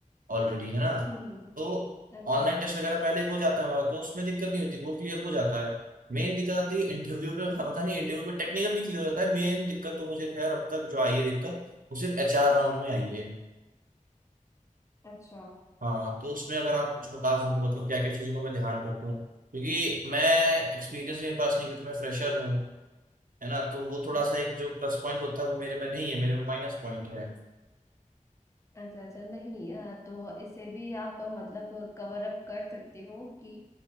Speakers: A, on the right; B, on the left.
A: ऑलरेडी है ना
B: जो <laughs>
A: तो
B: अच्छा
A: ऑनलाइन टेस्ट वगैरह पहले हो जाता है हमारा तो उसमें दिक्कत नहीं होती वो क्लियर हो जाता है मेन दिक्कत आती है इंटरव्यू में हाँ, पता नहीं इंटरव्यू में टेक्निकल भी क्लियर होता है मेन दिक्कत तो मुझे खैर अब तक जो आई है दिक्कत वो सिर्फ एचआर राउंड में आई है
B: अच्छा
A: हाँ तो उसमें अगर आप कुछ बता सको मतलब क्या क्या चीज़ों को मैं ध्यान रखूँ क्योंकि मैं एक्सपीरियंस मेरे पास नहीं क्योंकि मैं फ्रेशर हूँ है ना तो वो थोड़ा
B: अच्छा
A: सा एक जो प्लस पॉइंट होता है वो मेरे में नहीं है मेरे में माइनस पॉइंट है
B: अच्छा अच्छा नहीं अ, तो इसे भी आप अ, मतलब कवर अप कर सकते हो कि